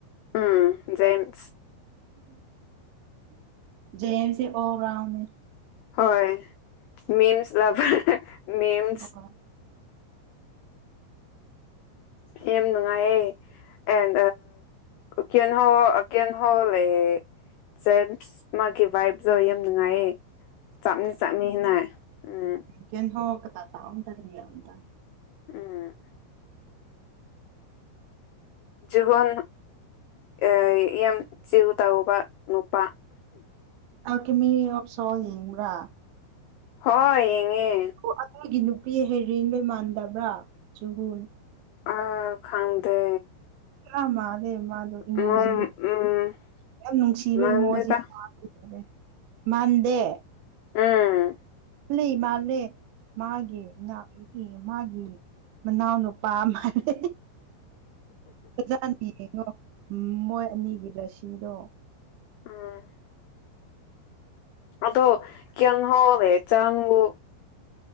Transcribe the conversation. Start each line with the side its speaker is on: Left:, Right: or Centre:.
Left: ꯎꯝ ꯖꯦꯝꯁ
Right: ꯖꯦꯝꯁꯦ ꯑꯣꯜ ꯔꯥꯎꯅꯦ
Left: ꯍꯣꯏ ꯃꯤꯝꯁ ꯂꯚꯔ ꯃꯤꯝꯁ
Right: ꯑꯣ
Left: ꯌꯥꯝ ꯅꯨꯡꯉꯥꯏꯌꯦ ꯑꯦꯟ ꯀꯟꯍꫭꯜ ꯀꯦꯟꯍꯣꯜ ꯂꯩꯌꯦ ꯖꯦꯝꯁ ꯃꯥꯒꯤ ꯚꯏꯞꯇꯣ ꯌꯥꯝ ꯅꯨꯡꯉꯥꯏꯌꯦ ꯆꯞꯅ ꯆꯞꯃꯤꯅ ꯎꯝ
Right: ꯀꯦꯟꯍꫭꯜ ꯀꯇ ꯇꯗꯅꯤ ꯑꯗ
Left: ꯎꯝ ꯖꯨꯍꯣꯟ ꯑ ꯌꯥꯝ ꯆꯤꯜ ꯇꯧꯕ ꯅꯨꯄꯥ
Right: ꯑꯛꯀꯃꯤ ꯑꯣꯐ ꯁꯣ ꯌꯦꯡꯕ꯭ꯔꯥ
Left: ꯍꯣꯏ ꯌꯦꯡꯉꯦ
Right: ꯑꯣ ꯑꯗꯨꯒꯤ ꯅꯨꯄꯤ ꯍꯩꯔꯦꯟꯗꫭ ꯃꯥꯟꯗꯕ꯭ꯔꯥ ꯆꯨꯍꯨꯟ
Left: ꯑꯥ ꯈꯪꯗꯦ
Right: ꯈꯔꯥ ꯃꯥꯜꯂꯦ ꯃꯥꯗꯣ ꯏꯃꯣꯖꯤ
Left: ꯎꯝ ꯎꯝ
Right: ꯌꯥꯝ ꯅꯨꯡꯁꯤꯕ
Left: ꯃꯥꯟꯗꯦꯗ
Right: ꯏꯃꯣꯖꯤ <unintelligible> ꯃꯥꯟꯗꯦ
Left: ꯎꯝ
Right: ꯂꯩ ꯃꯥꯂꯦ ꯃꯥꯒꯤ ꯃꯥꯒꯤ ꯃꯅꯥꯎ ꯅꯨꯄꯥ ꯃꯥꯜꯂꯦ ꯐꯖꯅ ꯌꯦꯡꯉꯣ ꯃꯣꯏ ꯑꯅꯤꯒꯤ ꯔꯁꯤꯗꯣ
Left: ꯎꯝ ꯑꯗꯣ ꯀꯦꯟ ꯍꯣꯂꯦ ꯆꯪꯕꯨ